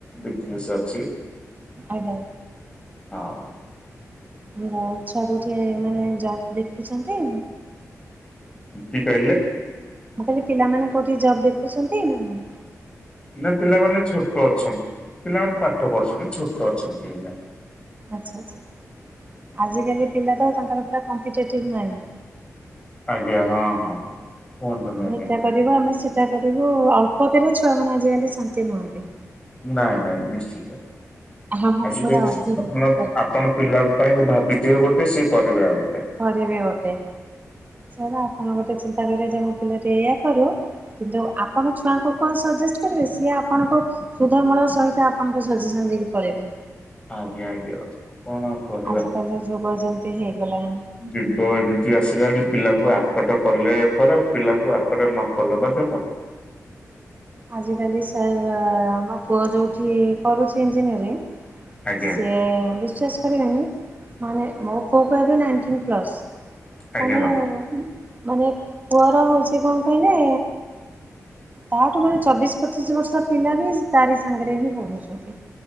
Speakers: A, on the left (about 15°); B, on the right (about 30°).
A: ବିଜ୍ନେସ୍ ଅଛି।
B: ଆଜ୍ଞା।
A: ହଁ।
B: <unintelligible> ଏମାନେ ଜବ୍ ଦେଖୁଚନ୍ତି।
A: କିଏ କହିଲେ?
B: ମୁଁ କହିଲି ପିଲାମାନେ କଉଠି ଜବ୍ ଦେଖୁଚନ୍ତି ନା ନାହିଁ?
A: ନା ପିଲାମାନେ ଛୋଟ ଅଛନ୍ତି ପିଲାମାନେ ପାଠ ପଢୁଚନ୍ତି ଛୋଟ ଅଛନ୍ତି ଏଇନେ।
B: ଆଚ୍ଛା ଆଚ୍ଛା ଆଜିକାଲି ପିଲା ତ ତାଙ୍କର ପୁରା କମ୍ପିଟେଟିଭ ମାଇଣ୍ଡ୍।
A: ଆଜ୍ଞା- ହଁ -ହଁ। କୁହନ୍ତୁନି
B: ଆମେ
A: ଆଜ୍ଞା
B: ଏଟା କରିବୁ ଆମେ ସେଟା କରିବୁ ଅଳ୍ପକେରେ ଛୁଆ ମାନେ ଆଜିକାଲି ଶାନ୍ତି ନୁହନ୍ତି।
A: ନାଇଁ ନାଇଁ ନିଶ୍ଚିତ
B: ଆମକୁ
A: ଆଜିିକାଲି
B: ପୁରା ଅଧିକ
A: ଆପଣ
B: ଦରକାର।
A: ଆପଣ ପିଲାଙ୍କ ପାଇଁ ଭାବିଥିବେ ଗୋଟେ ସିଏ କରିବେ ଆଉ ଗୋଟେ।
B: କରିବେ ଗୋଟେ ସେଇଆ ଆପଣ ଗୋଟେ ଚିନ୍ତା କରିବେ ଯେ ମୋ ପିଲାଟି ଏଇଆ କରୁ କିନ୍ତୁ ଆପଣ ଛୁଆଙ୍କୁ କଣ ସଜେଷ୍ଟ୍ କରିବେ ସିଏ ଆପଣଙ୍କୁ ସୁଧ ମୂଳ ସହିତ ଆପଣଙ୍କ ସଜେସନ୍ ଦେଇକି ପଳେଇବେ।
A: ଆଜ୍ଞା ଆଜ୍ଞା କଣ କରିବା
B: ଆଜିକାଲି ଯୁଗ ଯେମିତି ହେଇଗଲାଣି।
A: ଯୁଗ ଏମିତି ଆସିଲା କି ପିଲାଙ୍କୁ ଆକଟ କଲେ ଖରାପ୍ ପିଲାଙ୍କୁ ଆକଟ ନ କଲେ ମଧ୍ୟ ଖରାପ୍।
B: ଆଜିକାଲି ସାର୍ ଆମ ପୁଅ ଯଉଠି କରୁଚି ଇଞ୍ଜିନିୟରିଂ
A: ଆଜ୍ଞା
B: ସିଏ ବିଶ୍ୱାସ୍ କରିବେନି ମାନେ ମୋ ପୁଅକୁ ଏବେ ନାଇନ୍ଟିନ୍ ପ୍ଲସ୍
A: ଆଜ୍ଞା
B: ମାନେ
A: ମ୍ୟାମ୍
B: ମାନେ ପୁଅର ହଉଚି କଣ କହିଲେ ତାଠୁ ମାନେ ଚବିଶ୍ ପଚିଶି ବର୍ଷ ପିଲା ବି ତାରି ସାଙ୍ଗେରେ ହିଁ ପଢୁଚନ୍ତି।